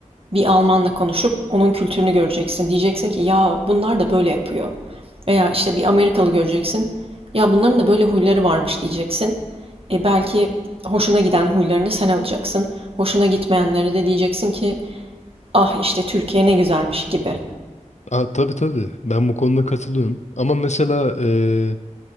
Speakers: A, on the right (about 45°); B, on the left (about 60°).
A: bir Almanla konuşup onun kültürünü göreceksin. Diyeceksin ki ya bunlar da böyle yapıyor. Veya işte bir Amerikalı göreceksin. Ya bunların da böyle huyları varmış diyeceksin. E belki hoşuna giden huylarını sen alacaksın. Hoşuna gitmeyenlere de diyeceksin ki ah işte Türkiye ne güzelmiş gibi.
B: Aa, tabii tabii. Ben bu konuda katılıyorum. Ama mesela e,